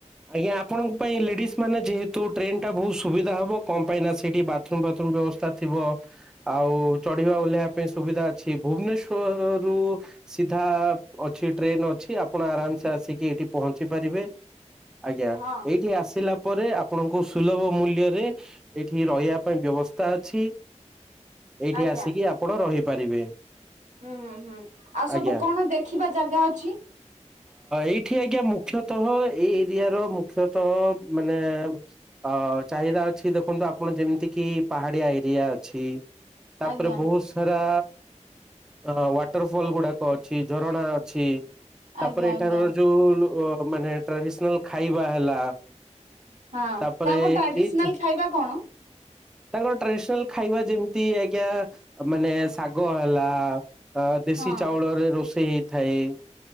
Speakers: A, in the centre; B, on the right.
A: ଆଜ୍ଞା ଆପଣଙ୍କ ପାଇଁ ଲେଡିସ୍ ମାନେ ଯେହେ ତୁ ଟ୍ରେନ ଟା ବହୁତ ସୁବିଧା ହବ କଣ ପାଇଁ ନା ସେଠି ବାଥରୁମ ଫାଥରୁମ ବ୍ୟବସ୍ଥା ଥିବ। ଆଉ ଚଢିବା ଓହ୍ଲେଇବା ପାଇଁ ସୁବିଧା ଅଛି। ଭୁବନେଶ୍ଵର ରୁ ସିଧା ଅଛି ଟ୍ରେନ ଅଛି। ଆପଣ ଆରାମସେ ଆସିକି ଏଇଠି ପହଞ୍ଚି ପାରିବେ। ଆଜ୍ଞା
B: ହଁ
A: ଏଇଠି ଆସିଲା ପରେ ଆପଣଙ୍କୁ ସୁଲଭ ମୂଲରେ ଏଠି ରହିବା ପାଇଁ ବ୍ୟବସ୍ଥା ଅଛି। ଏଇଠି
B: ଆଜ୍ଞା
A: ଆସିକି ଆପଣ ରହିପାରିବେ
B: ହୁଁ ହୁଁ ହୁଁ ଆଉ
A: ଆଜ୍ଞା-ଅ
B: ସବୁ କଣ ଦେଖିବା ଜାଗା ଅଛି?
A: ଏଇଠି ଆଜ୍ଞା ମୁ ମୁଖ୍ୟତଃ ଏଇ ଏରିଆ ର ମୁଖ୍ୟତଃ ମାନେ ଅ ଚାହିଦା ଅଛି ଦେଖନ୍ତୁ ଆପଣ ଯେମିତି କିି ପାହାଡିଆ ଏରିଆ ଅଛି। ତାପରେ
B: ଆଜ୍ଞା
A: ବହୁତ ସାରା ଅ ୱାଟର ଫଲ ଗୁଡାକ ଅଛି ଝରଣା ଅଛି। ତାପରେ
B: ଆଜ୍ଞା
A: ଏଠାର
B: ଆଜ୍ଞା
A: ଯୋଉ ଲୁ ଅ ମାନେ ଟ୍ରାଡିସ୍ ନାଲ ଖାଇବା ହେଲା
B: ହଁ,
A: ତାପରେ
B: ତାଙ୍କ ଟ୍ରାଡିସନାଲ
A: ଏଇ
B: ଖାଇବା କଣ?
A: ତାଙ୍କର ଟ୍ରାଡିସନାଲ ଖାଇବା ଯେମିତି ଆଜ୍ଞା ମାନେ ଶାଗ ହେଲା ଅ ଦେଶୀ
B: ହଁ
A: ଚାଉଳରେ ରୋଷେଇ ହେଇଥାଏ।